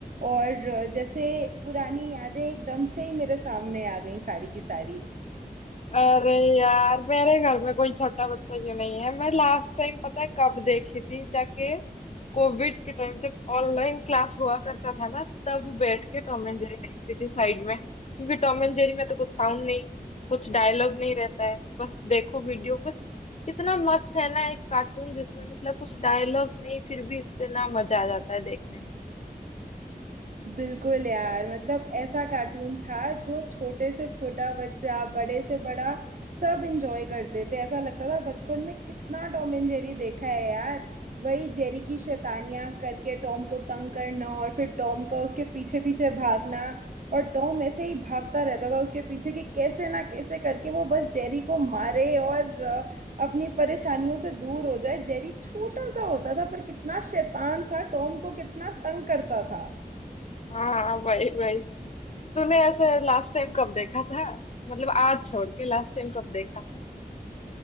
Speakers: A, on the right; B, on the left.
A: और अ, जैसे पुरानी यादें एकदम से ही मेरे सामने आ गई सारी की सारी
B: अरे यार मेरे घर में कोई छोटा बच्चा क्यों नहीं है मैं लास्ट टाइम पता है कब देखी थी जाके कोविड के टाइम जब ऑनलाइन क्लास हुआ करता था ना तब बैठ के टॉम एंड जेरी देखती थी साइड में क्योंकि टॉम एंड जेरी में तो कुछ साउंड नहीं कुछ डायलॉग नहीं रहता है बस देखो वीडियो बस इतना मस्त है ना एक कार्टून जिसमें मतलब कुछ डायलॉग नहीं फिर भी इतना मजा आ जाता है देखने में
A: बिल्कुल यार मतलब ऐसा कार्टून था जो छोटे से छोटा बच्चा बड़े से बड़ा सब एंजॉय करते थे ऐसा लगता था बचपन में कितना टॉम एंड जेरी देखा है यार वही जेरी की शैतानियां करके टॉम को तंग करना और फिर टॉम का उसके पीछे पीछे भागना और टॉम ऐसे ही भागता रहता था उसके पीछे कि कैसे ना कैसे करके वो बस जेरी को मारे और अ, अपनी परेशानियों से दूर हो जाए जेरी छोटा सा होता था पर कितना शैतान था टॉम को कितना तंग करता था
B: हाँ वही वही तूने ऐसे लास्ट टाइम कब देखा था मतलब आज छोड़ के लास्ट टाइम कब देखा था